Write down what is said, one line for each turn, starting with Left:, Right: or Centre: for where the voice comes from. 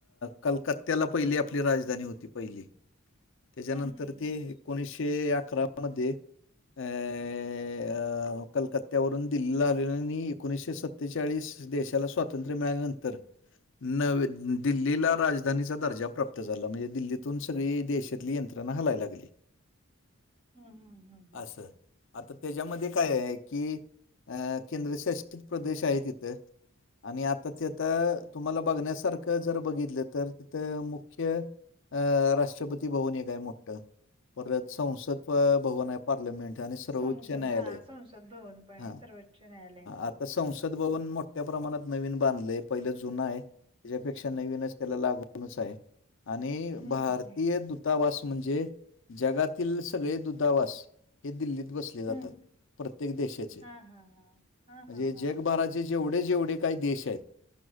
Left: कलकत त्याला पहिली आपली राजधानी होती पहिली त्याच्यानंतर
Right: हम्म हम्म हम्म
Left: ते एकोणीसशे अकरा मध्ये अ अं कलकत्त्यावरून दिल्लीला आलेले आणि एकोणीसशे सत्तेचाळीस देशाला स्वातंत्र्य मिळाल्यानंतर नवी दिल्लीला राजधानीचा दर्जा प्राप्त झाला म्हणजे दिल्लीतून सगळी देश तली यंत्रणा हालाय लागली
Right: हम्म हम्म हम्म हम्म
Left: असं आता तेजामध्ये काय हाय की अ केंद्रशासित प्रदेश आहे तिथं आणि आता ते आता तुम्हाला बघण्यासारखं जर बघितलं तर तिथं मुख्य अ राष्ट्रपती भवन एक हाय मोठं परत संसद प भवन हाय पार्लमेंट आणि सर्वोच्च
Right: संसद
Left: न्यायालय
Right: हा संसद भवन पण
Left: हा
Right: आहे सर्वोच्च न्यायालय
Left: आत संसद भवन मोठ्या प्रमाणात नवीन बांधलय पहिलं जुन आहे त्याच्यापेक्षा नवीनच त्याला लागूनच आहे. आणि
Right: हम्म
Left: भारतीय
Right: हम्म हम्म
Left: दूतावास म्हणजे, जगातील सगळे दू तावास, हे दिल्लीत बस आता
Right: हम्म
Left: म्हणजे प्रत्येक देशाचे.
Right: हा हा हा
Left: म्हणजे
Right: हा हा
Left: जगभराचे
Right: हा
Left: जेवढे जेवढे काय देश आहेत,